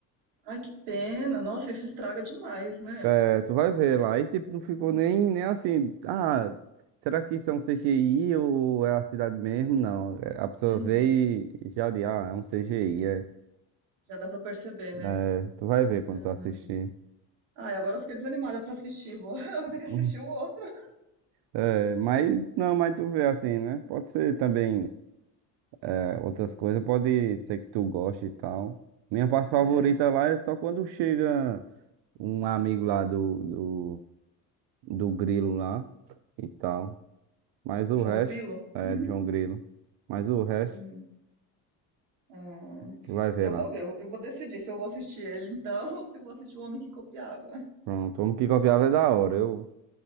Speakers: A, on the right; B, on the right.
A: ai, que pena. Nossa, isso estraga demais, né?
B: É, tu vai ver lá. E tipo, não ficou
A: Uhum,
B: nem, nem assim. Ah, será que isso é um CGI ou é a cidade mesmo? Não. É, A pessoa
A: uhum.
B: vê e e já de, ah, é um CGI. É.
A: Já dá pra perceber, né?
B: É, tu vai ver quando
A: Uhum.
B: tu assistir.
A: Ai, agora eu fiquei desanimada pra assistir. Vou, <laughs> eu vou ter que assistir
B: <laughs>
A: o outro.
B: É, mas não, mas tu vê assim, né? Pode ser também é, outras
A: Hum,
B: coisas, pode ser que tu goste e tal. Minha parte
A: é,
B: favorita lá é só quando chega um amigo lá do, do, do Grilo lá e tal. Mas
A: do
B: o
A: João
B: resto,
A: Grilo.
B: é
A: <laughs>
B: de João Grilo. Mas o resto,
A: Uhum. Ah,
B: tu vai ver
A: eu
B: lá.
A: vou ver, eu eu vou decidir se eu vou assistir ele então, <laughs> ou se eu vou assistir O Homem que Copiava.
B: Pronto, o Homem que Copiava é da hora. Eu,